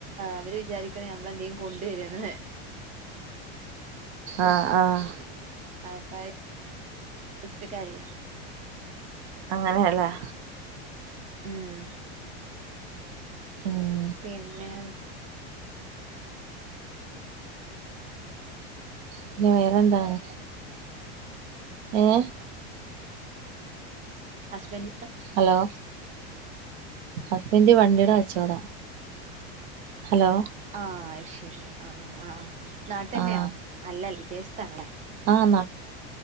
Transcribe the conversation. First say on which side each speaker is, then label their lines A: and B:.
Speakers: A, on the right (about 25°); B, on the right (about 70°).
A: അവര് വിചാരിക്കണ ഞമ്മളെന്തെലും കൊണ്ടുവരാണെന്ന്-
B: ആഹ് ആഹ്
A: ആപ്പ ച്ചിട്ട് കരയാ-
B: അങ്ങനെയല്ലേ-
A: ഉം.
B: ഉം.
A: പിന്നെ?
B: പിന്നെ വേറെന്താണ്? ഏഹ് -
A: ഹസ്ബൻഡിന്
B: ഹലോ- ഹസ്ബന്റ് വണ്ടിയുടെ കച്ചവട ഹലോ-
A: ആഹ് അത് ശെരി ആഹ് ആഹ് നാട്ട് തന്നെയോ
B: ആഹ്
A: അല്ല വിദേശത്താണ് അല്ലേ?
B: ആഹ് നാ